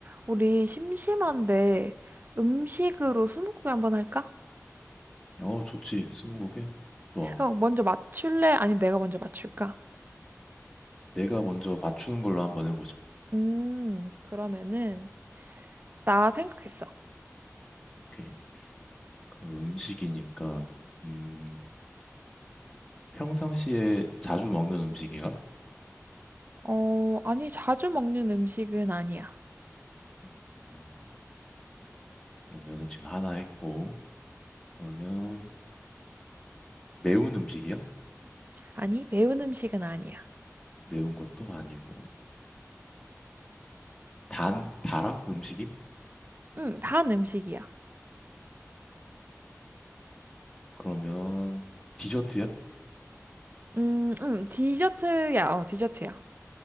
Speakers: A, on the right; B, on the left.
A: 우리 심심한데 음식으로 스무고개 한번 할까?
B: 어, 좋지. 스무고개? 좋아.
A: 어, 먼저 맞출래? 아니면 내가 먼저 맞출까?
B: 내가 먼저 맞추는 걸로 한번 해보자.
A: 음, 그러면은 나 생각했어.
B: 오케이. 그럼 음식이니까, 음, 평상시에 자주 먹는 음식이야?
A: 어, 아니 자주 먹는 음식은 아니야.
B: 음, 그러면은 지금 하나 했고, 그러면 매운 음식이야?
A: 아니 매운 음식은 아니야.
B: 매운 것도 아니고. 단, 달아? 음식이?
A: 음, 단 음식이야.
B: 그러면 디저트야?
A: 음, 음, 디저트야. 어, 디저트야.